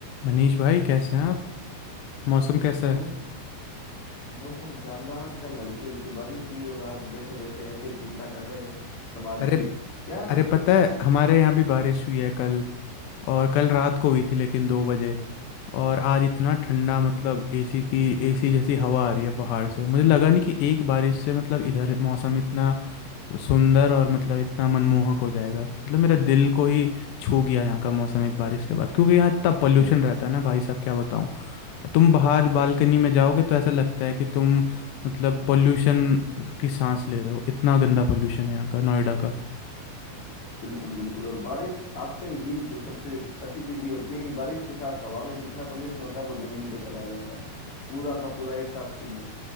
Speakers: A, on the left; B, on the left.
A: मनीष भाई कैसे हैं आप मौसम कैसा
B: बस
A: है
B: मौसम शानदार कल हल्की हल्की बारिश हुई और आज बैठे बैठे ऐसे ही चिंता कर रहे हैं समाज
A: अरे
B: की यार
A: अरे पता है हमारे यहाँ भी बारिश हुई है कल और कल रात को हुई थी लेकिन दो बजे और आज इतना ठंडा मतलब एसी की एसी जैसी हवा आ रही है बाहर से मुझे लगा नहीं कि एक बारिश से मतलब इधर मौसम इतना सु- सुंदर और मतलब इतना मनमोहक हो जाएगा मतलब मेरा दिल को ही छू गया यहाँ का मौसम एक बारिश के बाद क्योंकि यहाँ इतना हम्म। पोल्यूशन रहता है ना भाई साहब क्या बताऊँ तुम बाहर बालकनी में जाओगे तो ऐसा लगता है कि तुम मतलब पोल्यूशन की सांस ले रहे हो इतना गंदा पोल्यूशन है यहाँ का नोएडा का
B: बिल्कुल बिल्कुल और बारिश आते ही जो सबसे अच्छी चीज ये होती है कि बारिश के साथ हवा में जितना पोल्यूशन होता है वो जमीन पे चला जाता है पूरा का पूरा एक साथ फिनिश